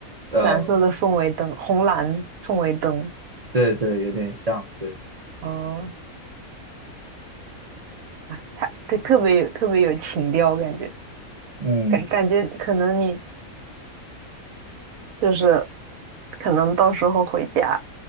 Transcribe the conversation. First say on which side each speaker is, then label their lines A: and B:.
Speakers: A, on the right; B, on the right.
A: 过。呃，
B: 蓝色的氛围灯，红蓝氛围灯。
A: 对对，有点像，对，
B: 嗯，哎，它它特别有特别有情调，感觉
A: 嗯，
B: 感感觉可能你就是可能到时候回家